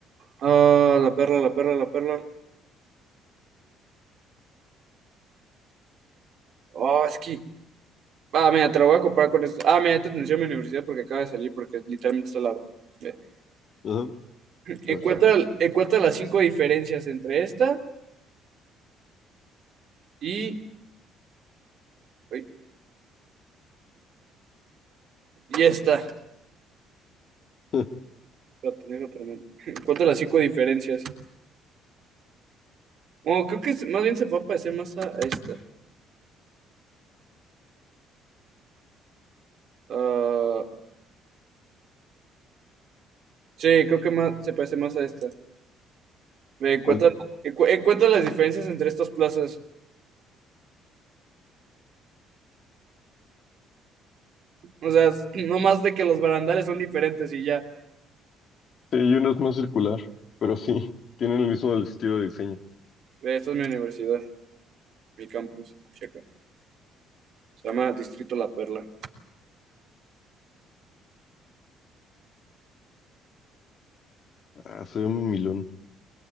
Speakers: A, on the right; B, on the left.
A: Ah, la perla, la perla, la perla. Oh, es que. Ah, mira, te la voy a comparar con esto. Ah, mira, esta atención en mi universidad porque acaba de salir, porque literalmente está al lado. Ve.
B: Ajá.
A: Encuentra,
B: A ver.
A: encuentra las cinco diferencias entre esta y. ay, Ya está.
B: <laughs>
A: Espérate, déjate, hermano. <laughs> cuántas las cinco diferencias. Oh, creo que es- más bien se va a parecer más a esta. Ah, sí, creo que más se parece más a esta. Ve, encuentra,
B: ¿Cuál?
A: encu- encuentra las diferencias entre estas plazas. O sea, <clears throat> no más de que los barandales son diferentes y ya.
B: Sí, y uno es más circular, pero sí, tienen el mismo estilo de diseño.
A: Ve, esta es mi universidad, mi campus. Checa. Se llama Distrito La Perla.
B: Ah, se ve muy milón.